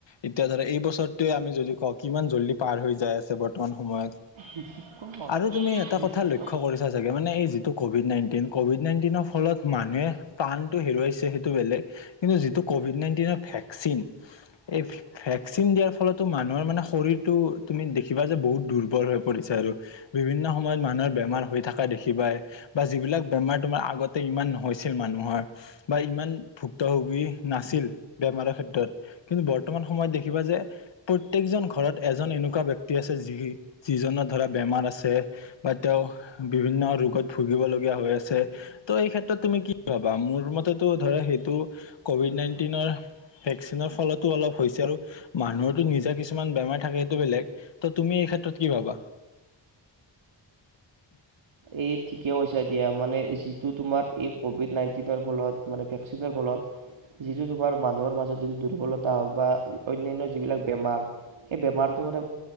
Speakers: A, on the left; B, on the right.
A: এতিয়া ধৰা এই বছৰটোৱে আমি যদি কওঁ কিমান জল্দি পাৰ হৈ যাই আছে বৰ্তমান সময়ত।
B: ঋষিকৰ
A: আৰু তুমি এটা কথা
B: ঋষিক
A: লক্ষ্য কৰিছা চাগে, মানে এই যিটো ক'ভিড নাইন টিন, ক'ভিড নাইণ্টিনৰ ফলত মানুহে প্ৰাণটো হেৰুৱাইছে সেইটো বেলেগ কিন্তু যিটো ক'ভিড নাইণ্টিনৰ ভেকচিন, এই ভেকচিন দিয়াৰ ফলতো মানুহৰ মানে শৰীৰটো তুমি দেখিবা যে বহুত দুৰ্বল হৈ পৰিছে আৰু, বিভিন্ন সময়ত মানুহৰ বেমাৰ হৈ থকা দেখিবাই বা যিবিলাক বেমাৰ তোমাৰ আগতে ইমান নহৈছিল মানুহৰ বা ইমান ভুক্তভোগী নাছিল, বেমাৰৰ ক্ষেত্ৰত। কিন্তু বৰ্তমান সময়ত দেখিবা যে প্ৰত্যেকজন ঘৰত এজন এনেকুৱা ব্যক্তি আছে, যি যিজনৰ ধৰা বেমাৰ আছে, বা তেওঁ বিভিন্ন ৰোগত ভুগিবলগীয়া হৈ আছে, ত' এই ক্ষেত্ৰত তুমি কি ভাবা? মোৰ মতেতো ধৰা সেইটো ক'ভিড নাইণ্টিনৰ ভেকচিনৰ ফলত অলপ হৈছে আৰু মানুহৰো নিজা কিছুমান বেমাৰ থাকে সেইটো বেলেগ। ত তুমি এই ক্ষেত্ৰত কি ভাবা?
B: এই ঠিকেই কৈছা দিয়া। মানে যিটো তোমাৰ এই ক'ভিড নাইণ্টিনৰ ফলত মানে ভেকচিনৰ ফলত যিটো তোমাৰ মানুহৰ মাজত যিটো দুৰ্বলতা হওক বা অন্যান্য যিবিলাক বেমাৰ সেই বেমাৰটো মানে